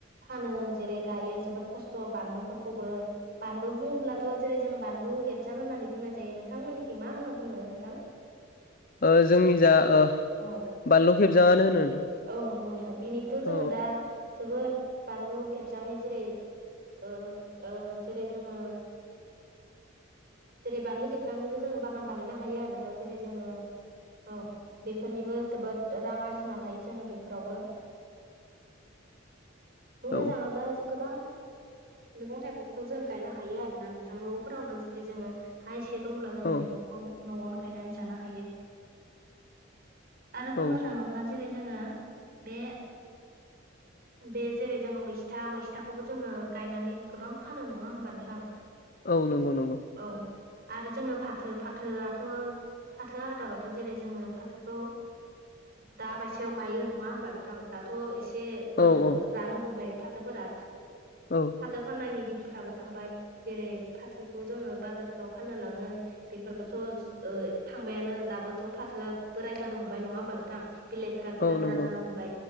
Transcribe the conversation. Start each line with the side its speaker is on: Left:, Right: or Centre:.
Right: फानो जेरै गायो जोबोद खसथ' बानलुफोरखौबो बानलु बुङोब्लाथ' जेरै जों बानलु खेबसां होननानै बुंनाय जायो नोंथांमोननिखि मा होनना बुङो नोंथां। <inaudible>
Left: ओ जोंनि जा ओ
Right: औ
Left: बानलु खेबजाङानो होनो। नोंथां
Right: औ नंगौ नोंथां बेनिबोथ' जोङो
Left: औ
Right: दा जोबोद बानलु खेबजांनि जेरै जेरै ओ ओ जोङो जेरै बानलु खेबजांनिबो जोङो बागान बानायनो हायो आरोना। जेरै जोङो औ बेफोरनिबो जोबोद रां आरजिनो हायो जोङो बेफोरावबो बुंनो
Left: औ
Right: थाङोब्ला गोबां मैगं थाइगंखौ जों गायनो हायो आरोना नों न'फोरावनो जुदि जोङो हा एसे दंब्ला जोङो
Left: औ
Right: मैगंखौ न'यावनो गायनानै जानो हायो आरो
Left: औ
Right: बुंनो थाङोब्ला जेरै जोङो बे बे जेरै जोङो मैसथा मैसथाखौबो जोङो गायनानै गोबां फानो नङा होनबा नोंथां।
Left: औ नंगौ नंगौ
Right: औ आरो जोङो फाथो फाथोयाथ' फाथो आदाबाथ' जेरै जोङो फाथोखौ दाबायसेयाव गायो नङा होमबा नोंथां? दा थ' एसे
Left: औ औ
Right: रानो हमबाय फाथोफोरा
Left: औ
Right: फाथो फाननायनि फोराबो थांबाय जेरै फाथोखौ जोङो बाजारफ्राव फाननो लाङो बेफोरबोथ' ओ थांबायानो दाबोथ' फाथोया बोराय जानो हमबाय नङा होमबा नोंथां बिलाइफोरा गोरा
Left: औ
Right: गोरा
Left: नंगौ
Right: जानो हमबाय